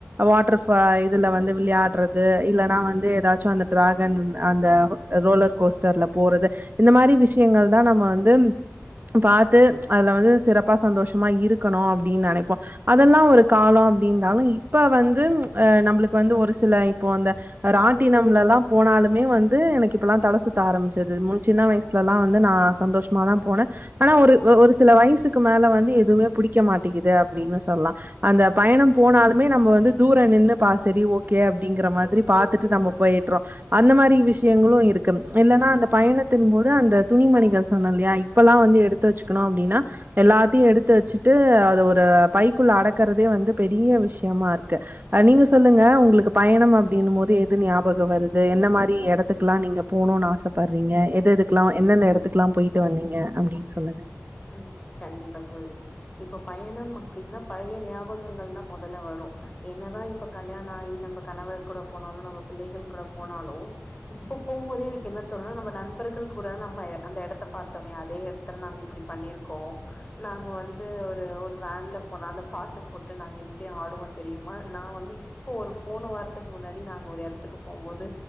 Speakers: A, on the right; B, on the left.
A: வாட்டர் ஃபா இதுல வந்து விளையாட்றது இல்லன்னா வந்து ஏதாச்சு அந்த டிராகன் அந்த ரோலர் கோஸ்ட்டர்ல போறது இந்த மாரி விஷயங்கள் தா நம்ம வந்து பாத்து அதுல வந்து சிறப்பா சந்தோஷமா இருக்கணு அப்டின் நெனைப்போ அதெல்லா ஒரு காலோ அப்டி இருந்தாலு இப்ப வந்து அ நம்ளுக்கு வந்து ஒரு சில இப்போ அந்த அ ராட்டினம்லல்லா போனாலுமே வந்து எனக்கு இப்பெல்லா தல சுத்த ஆரம்பிச்சுருது முன் சின்ன வயசு சுலலா வந்து நா சந்தோஷமா தா போனே ஆனா ஒரு ஒரு சில வயசுக்கு மேல வந்து எதுவுமே புடிக்க மாட்டேக்குது அப்டின்னு சொல்லா அந்த பயணம் போனாலுமே நம்ம வந்து தூரோ நின்னு பாஸ் சேரி ஓகே அப்டிங்கிற மாத்ரி பாத்துட்டு நம்ம போயிட்றோ அந்த மாரி விஷயங்களு இருக்கு இல்லன்னா அந்த பயணத்தின் போது அந்த துணிமணிகள் சொன்னல்லையா எப்பெல்லா வந்து எடுத்து வச்சுக்கணு அப்டின்னா எல்லாத்தயு எடுத்து வச்சுட்டு அத ஒரு பைக்குள்ள அடக்கறதே வந்து பெரிய விஷ்யமா இருக்கு அ நீங்க சொல்லுங்க உங்களுக் பயணம் அப்டின்னு போது எது ஞாபகோ வருது என்ன மாரி இடத்துக்குல்லா நீங்க போணுன் ஆசப்பறீங்க எது எதுக்குல்லா எந்தெந்த எடத்துக்லா போயிட்டு வந்தீங்க அப்டின் சொல்லுங்க
B: ம் கண்டிப்பா தோழி இப்போ பயணம் அப்டின்னா பழைய ஞாபகங்கள்தா மொதல்ல வரு என்னதா இப் இப்ப கல்யாணோ ஆயி நம்ம கணவர் கூட போனாலு நம்ம பிள்ளைகள் கூட போனாலு இப்ப போம் போதே எனக்கு என்ன தோணுனா நம்ம நண்பர்கள் கூட நம்ப அந்த எடத்த பாத்தோமே அதே இடத்துல நா இப் பண்ணிருக்கோ நாங்க வந்து ஒரு ஒரு வேன்ல போனோ அந்த பாட்டு போட்டு நாங்க எப்டி ஆடுவோ தெரியுமா நா வந்து இப் இப்போ ஒரு போன வாரத்துக்கு முன்னாடி நாங்க ஒரு இடத்துக்கு போம்போது